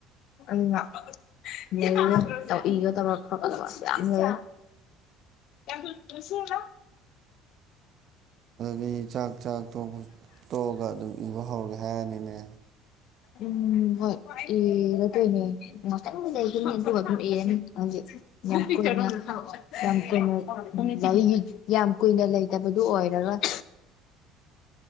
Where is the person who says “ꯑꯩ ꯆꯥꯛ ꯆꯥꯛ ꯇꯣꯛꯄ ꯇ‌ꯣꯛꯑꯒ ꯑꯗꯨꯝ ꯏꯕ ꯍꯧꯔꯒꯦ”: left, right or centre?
Right